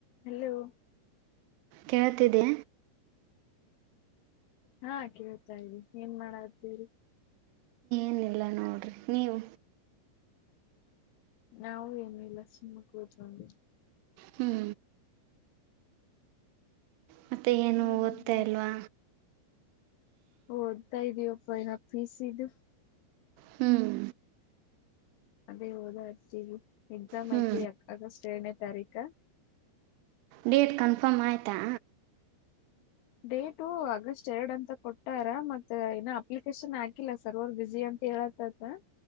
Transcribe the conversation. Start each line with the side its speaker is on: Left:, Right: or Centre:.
Left: Hello
Right: ಕೇಳ್ತಿದೆ
Left: ಹಾ ಕೇಳ್ತ ಇದಿ ಏನ್ ಮಾಡದು ಹೇಳಿ
Right: ಇನ್ಲ್ಲ ನೋಡ್ರಿ ನೀವು
Left: ನಾವು ಏನು ಇಲ್ಲ ಸುಮ್ಮ ಕೂತ್ಕೊಂಡವಿ
Right: ಹ್ಞೂ ಮತ್ತೆ ಏನು
Left: ಹ್ಮ್
Right: ಓದ್ತಾ
Left: ಮತ್
Right: ಇಲ್ವಾ
Left: ಓದ್ತಾ ಇದಿವಪ್ಪ ಏನೋ ಪೀಸ್ ಇದು.
Right: ಹ್ಮ್
Left: ಅದೇ ಹೋದಾ ಇರ್ತೀವಿ ಎಕ್ಸಾಮ್
Right: ಹ್ಞೂ
Left: ಐತಿ ಯಾಗಷ್ಟ ಎ ತಾರಿಕ
Right: ಡೇಟ್ ಕನ್ಫರ್ಮ್ ಆಯಿತಾ
Left: ಡೇಟು ಆಗಸ್ಟ್ ಎರಡ್ ಅಂತ ಕೊಟ್ಟಾರ ಮತ್ತ ಇನ್ನ ಅಪ್ಲಿಕೇಶನ್ ಹಾಕಿಲ್ಲ ಸರ್ವರ್ ಬಿಸಿ ಅಂತ <unintelligible>